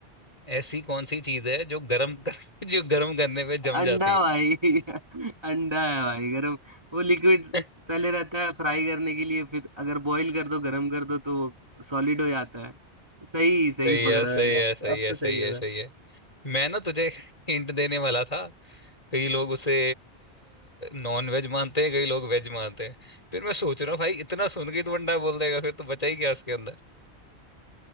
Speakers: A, on the left; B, on the right.
A: ऐसी कौन सी चीज है जो गर्म कर, <laughs> जो गर्म करने पे जम
B: अंडा
A: जाती
B: भाई <laughs> अंडा है भाई गरम वो लिक्विड
A: है
B: पहले रहता है फ्राई करने के लिए फिर अगर बॉईल कर दो गरम कर दो तो सॉलिड हो जाता है सही
A: <laughs>
B: सही
A: सही है
B: पकड़ा
A: सही
B: मैंने अब
A: है सही
B: अब
A: है
B: तो
A: सही
B: सही होगा
A: है सही है मैं ना तुझे हिंट देने वाला था कई लोग उसे नॉन वेज मानते हैं कई लोग वेज मानते हैं फिर मैं सोच रहा हूँ भाई इतना सुन के ही तो बंदा बोल देगा फिर तो बचा ही क्या उसके अंदर